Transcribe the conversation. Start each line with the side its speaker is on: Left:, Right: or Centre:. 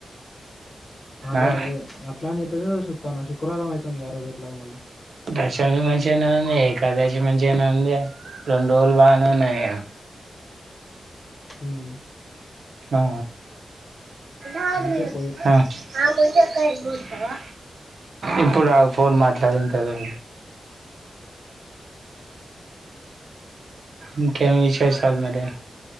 Left: అదే
Right: ఆ
Left: అదే అట్లా అని చెప్పేసి చూస్తన్న శుక్రవారం అవుతది ఆ రోజు ఎట్లాగా మళ్ళ
Right: దశమి మంచిగానే ఉంది ఏకాదశి మంచిగానే ఉంది. రెండు రోజులు బాగానే ఉన్నది కదా.
Left: స్ మ్మ్
Right: ఆ ఆ
Left: అందుకే పోయేది.
Right: ఆ ముంజకాయ కోస్తావా. ఇప్పుడు ఆగు ఫోన్ మాట్లాడిన తర్వాత ఇంకేం విశేషాలు మరి